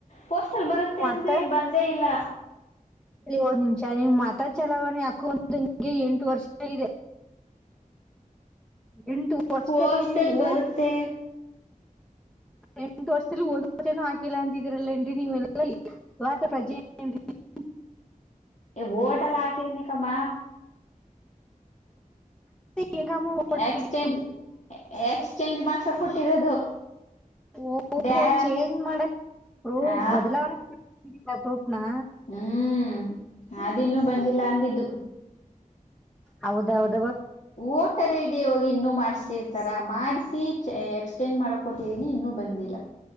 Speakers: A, on the left; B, in the centre.
A: ಪೋಸ್ಟಲ್ ಬರುತ್ತೆ
B: ಮತ್ತ
A: ಅಂದರೆ ಬಂದೇ ಇಲ್ಲ
B: ಒಂದ್ ನಿಮಿಷ ನಿಂ್ ಮತ ಚಲಾವಣೆ ಹಾಕೊಂಡು ನಿಂಗೆ ಎಂಟು ವರ್ಷ ಇದೆ ಎಂಟು ವರ್ಷದಲ್ಲಿ
A: ಪೋಸ್ಲ್
B: ನೀವು
A: ಬರುತ್ತೆ
B: ಎಂಟು ವರ್ಷದಲ್ಲಿ ಒಂದ್ ವತೇನ ಹಾಕಿಲ್ಲ ಅಂತಿದೀರಲ್ಲ ಏನ್ರಿ ನೀವೆಲ್ಲ <unintelligible> ಪ್ರಜೆ ಏನ್ ರಿ <unintelligible>
A: ಹೇ ಹೋಟಲ್ ಹಾಕಿದೀನಿ ಕಮ್ಮ
B: ಹೆಂಗಮ್ಮ ವೋಟ್
A: ಎಕ್ಸ್ಚೇಂಜ್
B: ಹಾಕಿ-
A: ಎಕ್ಸ್ಚೇಂಜ್ ಮಾಡಸಕ ಹಟ್ಟಿರದು
B: ಓಹೋ
A: ಡ್ಯಾ
B: ಚೇಂಜ್ ಮಾಡಕ್ ಪ್ರೂಫ್
A: ಹ
B: ಬದಲಾವಣೆ ಮಾಡಕ್ ಪ್ರೂಫ್ ನಾ
A: ಹ್ಮ್ ಅದೆನ್ನುೂ ಬಂದಿಲ್ಲ ಅಂದಿದ್ದು
B: ಹೌದೌದು
A: ಓಟರ ಐಡಿ ಹೋಗಿ ಇನ್ನುೂ ಮಾಡ್ಸ್ತಿರ್ ಈಥರ ಮಾಡ್ಿಸಿಿ ಎಕ್ಸ್ಚೆಂಜ್ ಮಾಡಕ್ ಕೊಟ್ಟಿದೀನಿ ಇನ್ನೂ ಬಂದಿಲ್ಲ